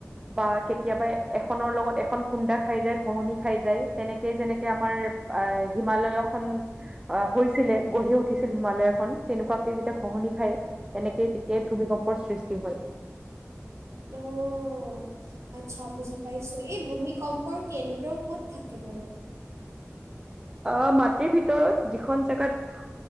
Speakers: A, on the right (about 15°); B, on the right (about 70°).
A: বা কেতিয়াবা এখনৰ লগত এখন খুন্দা খাই যায় ঘহনি খাই যায় তেনেকে যেনেকে আমাৰ আহ হিমালয় খন আহ হৈছিলে গঢ়ি উঠিছিল হিমালয় খন তেনেকুৱা যেতিয়া খহনি খায় তেনেকে তেতিয়াই ভূমিকম্পৰ সৃষ্টি হয়। <inaudible>
B: অ', আচ্ছা বুজি পাইছোঁ এই ভূমিকম্পৰ কেন্দ্ৰ ক'ত থাকে বাৰু
A: আহ মাটিৰ ভিতৰত যিখন জেগাত